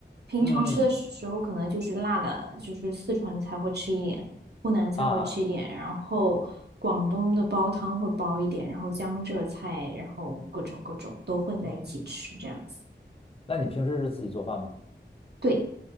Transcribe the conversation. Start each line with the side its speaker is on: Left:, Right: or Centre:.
Right: 平常吃的时候可能就是辣的，
Left: 嗯嗯
Right: 就是四川菜会吃一点，湖南菜会吃一点，
Left: 啊
Right: 然后广东的煲汤会煲一点，然后江浙菜，然后各种各种都混在一起吃这样子。
Left: 哦，那你平时是自己做饭吗？
Right: 对。